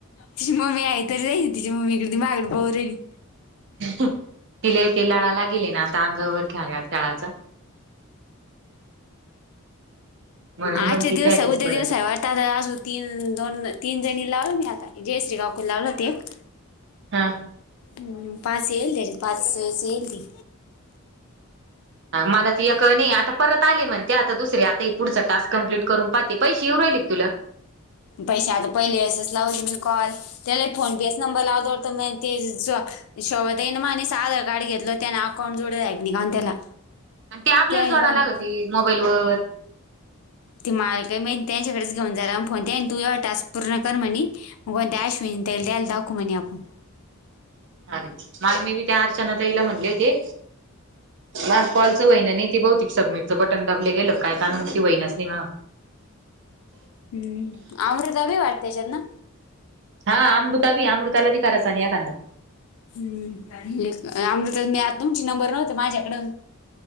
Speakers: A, on the left (about 70°); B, on the right (about 50°).
A: तिची मम्मीी आ तरी जाई ना तिी मम्मी इडे दि मागड पोरेली
B: तिले ते लळा लागेले ना आता अंगावर ख्याला तळाचा म्हणून
A: आज
B: मग ती
A: दिवस
B: त्याकडेच
A: सगद
B: पडायच
A: दिवस आहेव आता आता आजू तीन दोन तीन जणी लावलं मी आता जयश्री गावकू लावलं ते एक
B: हा
A: हम् पाच हेल दे पाचती
B: मला ते या नाही आता परत आले म्हण ते आता दुसरे आता पुढचा टास्क कमप्लीट करून पाहते पैसे येऊ राहिले तुला
A: पैसे आता पहिले असच लावते मी कॉल त्याला फोन पेच नंबर लावतोत ते शेव ये मानेस आधार कार्ड घेतलं त्याने अकाउंट जोडला आहे नि कााून त्याला
B: आणि ते आपल्याला
A: आणि
B: जोडा
A: कोण
B: लागते मोबाईलवर
A: ती मालक मी त्या त्यांच्याकडेच घेन जाला फोन तू येव टास् पूर्ण कर म्हणेी मुगोन त्या अश्न तेल ते्याल दाूमणे आपण
B: अर माग मे बी त्या अरचनाचाईला म्हणले होते म फॉलच बहिण नाही ती बहुती सबमिटचं बटन दाबले गेलं काय काण त वहिनाच नाही म
A: हम्म अमृता बी वाटते्याच्यात ना
B: हा अमृताी अमृतालाी करायचा नाही या खांदा
A: हम् अमृता मी आ तुमची नंबर नव्हत माझ्याकड